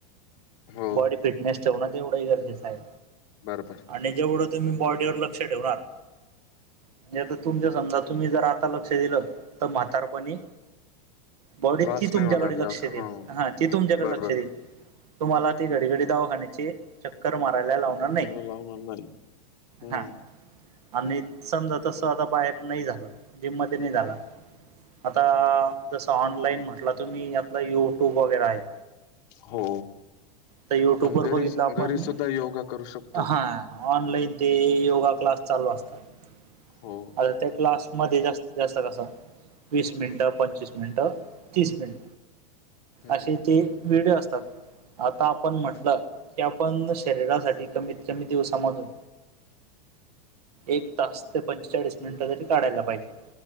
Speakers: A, on the left (about 40°); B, on the right (about 70°).
A: हो,
B: बॉडी फिटनेस ठेवणं एवढंही गरजेचं आहे.
A: बरोबर.
B: आणि ज्ववढं तुम्ही बॉडीवर लक्ष ठेवणार. म्हणजे आता तुमच्या समजा तुम्ही जर आता लक्ष दिलं तर म्हातारपणी. बॉडीत
A: त्रास
B: ती तुमच्याकडे
A: नाही होणार
B: लक्ष
A: एवढा.
B: देईल
A: हो,
B: हा ती तुमच्याकडे
A: बरोबर.
B: लक्ष देईल. तुम्हाला ती घडी घडी दवाखाण्याची. चक्कर मारायला लावणार नाही
A: मला लावणार नाही. हं,
B: हा. आणि समजा तस आता बाहेर नाही झालं जिम मध्ये नाही झाला. आता जसं ऑनलाईन म्हटलं तुम्ही आपलं युट्यूब वगैरे आहे.
A: हो
B: तर युट्यूब
A: आपण
B: वर बघितलं
A: घरी
B: आपण
A: घरी सुद्धा योगा करू शकतो.
B: हा ऑनलाईन ते योगा क्लास चालू असतात.
A: हो,
B: आता त्या क्लासमध्ये जास्तीत जास्त कस. वीस मिनटं, पंचवीस मिनटं, तीस मिनट.
A: हं.
B: अशी ते व्हिडिओ असतात, आता आपण म्हटलंऽ. क आपण शरीरासाठी कमीत कमी दिवसामधून एक तास. पंचेचाळीस मिनिटं तरी काढायला पाहिजे.